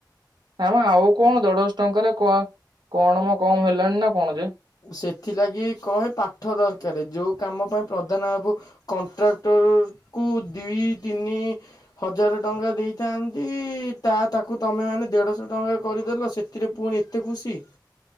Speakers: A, on the right; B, on the left.
A: ଆମ ଆଉ କଣ ଦେଢଶ ଟଙ୍କାରେ କ କଣ ମ କମ ହେଲାଣି ନା କଣ ଯେ।
B: ସେଥିଲାଗି କହେ ପାଠ ଦରକାର ଯୋଉ କାମ ପାଇଁ ପ୍ରଧାନ ବାବୁ କଣ୍ଟ୍ରାକ୍ଟରକୁୁ ଦି ତିନି ହଜାର ଟଙ୍କା ଦେଇଥାନ୍ତି ତା ତାକୁ ତମେ ମାନେ ଦେଢଶହ ଟଙ୍କା କରିଦେଲ। ସେଥିରେ ପୁଣି ଏତେ ଖୁସି।